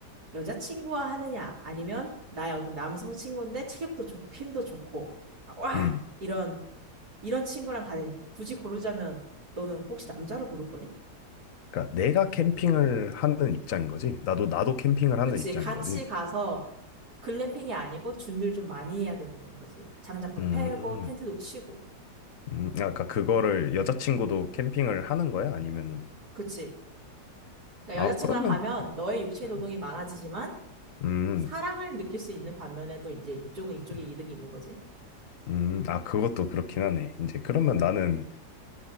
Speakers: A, on the right; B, on the left.
A: 여자친구와 하느냐, 아니면 나의 어떤 남성 친구인데 체격도 좋고 힘도 좋고, 막 와!
B: 음.
A: 이런, 이런 친구랑 가느냐. 굳이 고르자면 너는 혹시 남자로 고를 거니?
B: 그러니까 내가 캠핑을 하는 입장인 거지. 나도 나도 캠핑을
A: 그치,
B: 하는 입장인
A: 같이
B: 거지.
A: 가서 글램핑이 아니고 준비를 좀 많이 해야 되는 건 거지. 장작도
B: 음,
A: 패고, 텐트도 치고.
B: 음. 아까 그거를 여자친구도 캠핑을 하는 거야? 아니면은
A: 그치. 그러니까
B: 아
A: 여자친구랑
B: 그러면
A: 가면 너의 육체
B: 음,
A: 노동이 많아지지만
B: 음,
A: 사랑을 느낄 수 있는 반면에 또 이제 이쪽은 이쪽에
B: 음.
A: 이득이 있는 거지.
B: 음. 아 그것도 그렇긴 하네. 이제 그러면 나는